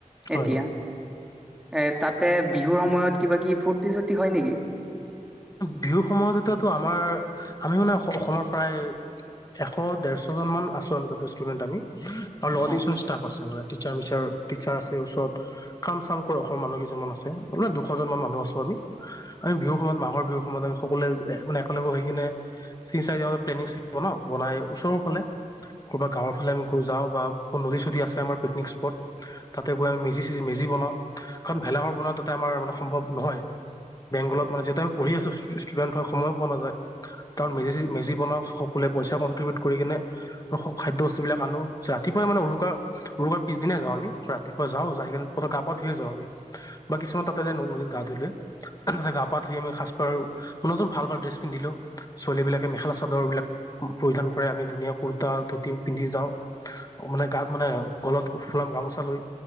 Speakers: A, on the left; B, in the centre.
A: হয়
B: এতিয়া এ তাতে বিহুৰ সময়ত কিবা কি ফূৰ্তি চূৰ্তি হয় নেকি
A: বিহু সময়তো আমাৰ আমি মানে অসমৰ প্ৰায় এশ ডেৰশজন মান আছো আমি তাতে ষ্টুডেন্ট আমি আৰু লগতে
B: অ
A: কিছুমান ষ্টাফ আছে মানে টিচাৰ মিচাৰ চাৰ আছে ওচৰত কাম চাম কৰি অসমৰ মানুহ কেইছুমান আছে মে দুশজন মান মানুহ আছো আমি, আমি বিহুৰ সময়ত মাঘৰ বিহু সময়ত আমি সকলোৱে মানে একেলগে হৈ কিনে চিন চাই প্লেনিং চ ন বনাই ওৰালে ক'ৰবা গাঁৱৰ ফালে আমি যাওঁ বা নদী চদী আছে আমাৰ পিকনিক স্পট তাতে গৈ আমি মেজি চেজি মেজি বনাওঁ কাৰণ ভেলাঘৰ বনাওঁ তাতে আমাৰ মানৱ নহয় বেংগলত মানে যতিহয়া আম প়ি আছো ষ্টুডেণ্ট হয় সময়ো পোৱা নাযায় কাৰণ মেজ চেজি মেজি বনাওঁকলোৱে পইচা কণ্ট্ৰিবউট কৰি কিনে খাদ্য বস্তুবিলাক আনো ৰাতিপুৱাই মানে উৰুকাৰ উৰুকাৰ পিছদিনাই যাওঁ আমি ৰা ৰাতিপুৱা যাওঁ য ততে গা পা ধুয়ে যাওঁ আমি বা কিছুমান তাতে যে নদ নদীত গা ধুই লুৱে তাতে গা পা ধুই আমি সাজপাৰ নতুন ভাল ভাল ড্ৰেছ পিন্ধিলোও ছোৱালীবিলাকে মেখেলা চাদৰ বিলাক পৰিধান কৰে আমি ধুনীয়া কুৰ্তা ধুতি পিন্ধি যাওঁ মানে গাত মানে গলত ফুলাম গামোচা লৈ